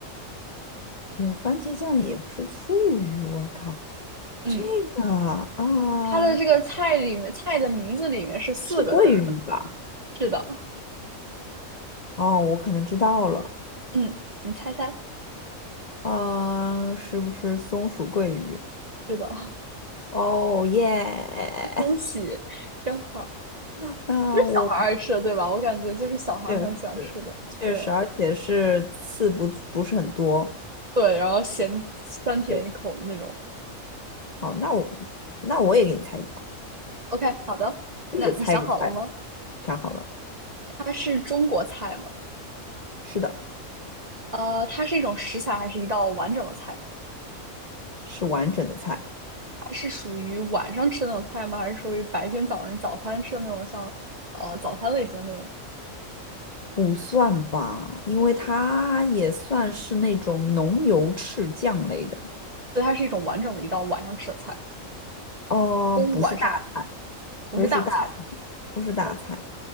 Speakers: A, on the left; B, on the right.
A: 有番茄酱，也不是醋鱼，我靠，
B: 嗯，
A: 这个啊，
B: 它的这个菜里面菜的名字里面是四个字儿的。
A: 是桂鱼吧？
B: 是的，
A: 哦，我可能知道了，
B: 嗯，你猜猜，
A: 呃，是不是松鼠桂鱼？
B: 是的，
A: 哦耶，
B: <laughs> 恭喜，真好，
A: <laughs> 那我
B: 是小孩儿爱吃的，对吧？我感觉就是小孩儿很喜欢吃的，
A: 确实确实，
B: 对
A: 而且是刺不不是很多。
B: 对，然后咸酸甜口的那种。
A: 对。哦，那我那我也给你猜一个吧，
B: OK，好的，
A: 我也给猜一个菜，
B: 那你想好了吗？
A: 想好了，
B: 它是中国菜吗？
A: 是的，
B: 呃，它是一种食材还是一道完整的菜？
A: 是完整的菜，
B: 它是属于晚上吃的那种菜吗？还是属于白天早上早餐吃的那种像，呃早餐类型的那种？
A: 不算吧，因为它也算是那种浓油赤酱类的，
B: 所以它是一种完整的一道晚上吃的菜，
A: 哦，
B: 中午晚上
A: 不是大，
B: 不是大菜。
A: 不是大菜不是大菜，
B: OK，